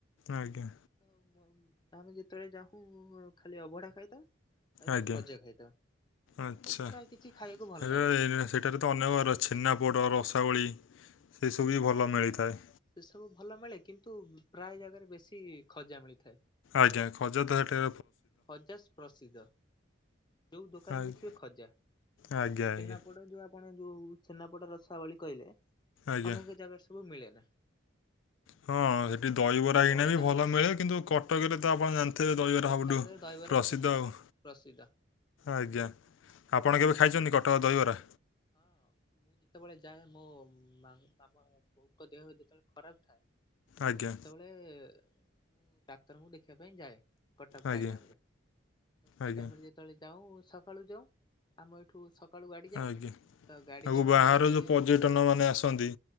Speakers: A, on the left; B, on the left.
A: ଆଜ୍ଞା।
B: ତ <unintelligible> ଆମେ ଯେତେବେଳେ ଯାହୁଁ ଖାଲି ଅବଢା ଖାଇଥାଉଁ। ଆଉ
A: ଆଜ୍ଞା
B: ଖଜା ଖାଇଥାଉ ଆଉ
A: ଆଚ୍ଛା।
B: ପ୍ରାୟେ କିଛି ଖାଇବାକୁ ଭଲ୍
A: ହେଲେ
B: ଲାଗେନା।
A: ଏ- ସେଠାରେ ତ ଅନେକକାର ଛେନାପୋଡ଼ ରସାବଳି ସେସବୁ ବି ଭଲ ମିଳିଥାଏ।
B: ସେ ସବୁ ଭଲ ମିଳେ କିନ୍ତୁ ପ୍ରାୟ ଜାଗାରେ ବେଶୀ ଖଜା ମିଳିଥାଏ।
A: ଆଜ୍ଞା ଖଜା ତ ହେଠେ।
B: ଖଜାସ୍ ପ୍ରସିଦ୍ଧ ଯୋଉ ଦୋକାନରେ
A: ଆ-
B: ଦେଖିବେ ଖଜା।
A: ଆଜ୍ଞା ଆଜ୍ଞା।
B: ଛେନାପୋଡ ଯୋଉ ଆପଣ ଯୋଉ ଛେନାପୋଡ଼ ରସାବଳି କହିଲେ
A: ଆଜ୍ଞା।
B: ଅନେକ ଜାଗାରେ ସବୁ ମିଳେ ନା।
A: ହଁ ଏଠି ଦହିବରା ଏଇନା
B: ବଡଦାଣ୍ଡ
A: ବି ଭଲ ମିଳେ
B: ହଁ
A: କିନ୍ତୁ କଟକରେ ତ ଆପଣ ଜା ଥିବେ ଦହିବରା
B: କଟକରେ
A: ସବୁଠୁ
B: ଦହିବରା
A: ପ୍ରସିଦ୍ଧ
B: ଫେମସ୍
A: ଆଉ।
B: ପ୍ରସିଦ୍ଧ
A: ଆଜ୍ଞା ଆପଣ କେବେ ଖାଇଚନ୍ତି କଟକ ଦହିବରା?
B: ହଁ ମୁଁ ଯେତେବେଳେ ଯାଏ ମୋ ମାମୁଁ ବୋଉଙ୍କ ଦେହ ଯେତେବେଳେ ଖରାପ ଥାଏ
A: ଆଜ୍ଞା।
B: ସେତେବେଳେ ମୁଁ ଡାକ୍ତରଙ୍କୁ ଦେଖିବା ପାଇଁ ଯାଏ କଟକ ପ୍ରୟ
A: ଆଜ୍ଞା
B: ଟାଇମ ରେ ତ ସେଇ
A: ଆଜ୍ଞା
B: ଟାଇମ ଯେତେବେଳେ ଯାଉ ସକାଳୁ ଯାଉ ଆମ ଏଠୁ ସ କାଳୁ ଗାଡି ଯାଏ
A: ଆଜ୍ଞା।
B: ତ ଗାଡି
A: ଆଉ
B: ଯାଉ
A: ବାହାର
B: ଆମେ ସେଠି
A: ଯୋଉ ପର୍ଯ୍ୟଟନ ମାନେ
B: ହଁ
A: ଆସନ୍ତି